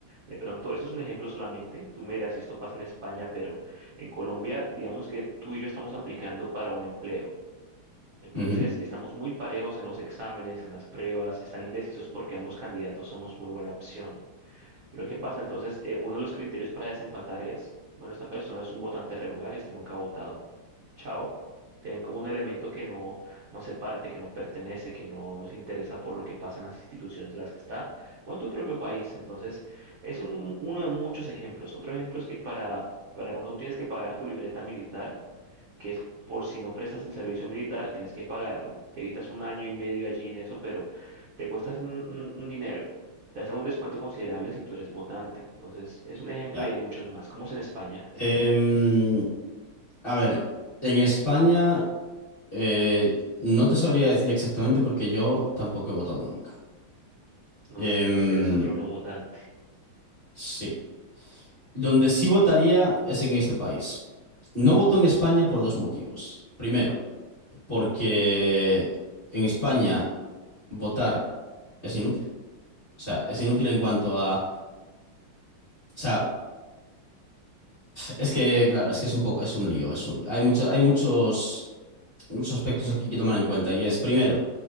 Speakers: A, on the right; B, on the left.
A: De pronto, esto es un ejemplo solamente, tú me dirás si esto pasa en España, pero... En Colombia, digamos que tú y yo estamos aplicando para un empleo. Entonces,
B: Ujú.
A: estamos muy parejos en los exámenes, en las pruebas, están indecisos porque ambos candidatos somos muy buena opción. Pero ¿qué pasa? Entonces, eh, uno de los criterios para desempatar es, bueno, esta persona es un votante regular, este nunca ha votado chao. Te ven como un elemento que no, no se parte, que no pertenece, que no nos interesa por lo que pasa en las instituciones en las que está, o en tu propio país. Entonces, es un, uno de muchos ejemplos. Otro ejemplo es que para, para cuando tú tienes que pagar tu libreta militar, que es por si no prestas el servicio militar, tienes que pagarlo. Te evitas un año y medio allí en eso, pero te cuestas un, un un dinero. Te hacen un descuento considerable si tú eres votante. Entonces, es un ejemplo
B: Ya.
A: y hay muchos más, como es en España.
B: Em, a ver, en España eh, no te sabría decir exactamente porque yo tampoco he votado nunca.
A: No
B: Em,
A: me digas que eres otro no votante.
B: sí. Donde sí votaría es en este país. No voto en España por dos motivos. Primero, porque en España votar es inútil. O sea, es inútil en cuanto a. O sea, Es que, claro, es que es un poco, es un lío, es un lío. Hay mucho- hay muchos, muchos aspectos aquí que tomar en cuenta. Y es, primero,